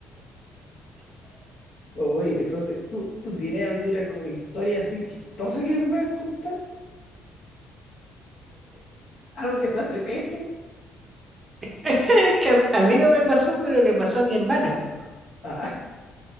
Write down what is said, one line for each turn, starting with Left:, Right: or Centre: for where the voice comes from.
Left: Uy, entonces, ¿tú, tú tienes alguna como historia así chistosa que me puedas contar? ¿Algo que se asemeje?
Right: <laughs> Que a, a mí no me pasó, pero le pasó a mi hermano.
Left: Ah,